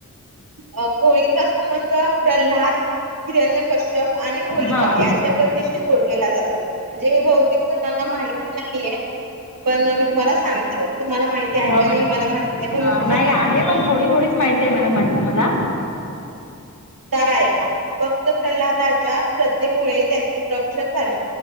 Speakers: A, on the right (about 85°); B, on the left (about 65°).
A: होळीचा संबंध प्रल्हाद हिरण्य कश्यप यांच्या शी
B: हा.
A: आहे आणि होलिका जोडलेला जातो म्हणजे बहुतेक जणांना माहिती नाहीये, पण मी तुम्हाला सांगते तुम्हाला माहिती आहे
B: हो
A: का
B: मॅडम
A: नाही मला माहित नाही पण मी तुम्हाला
B: नाही
A: सांगते.
B: आहे पण थोडी थोडीच माहिती आहे मॅडम मला
A: एक तारा आहे, भक्त प्रल्हादाच्या श्रद्धेमुळे त्याचे रक्षण झाले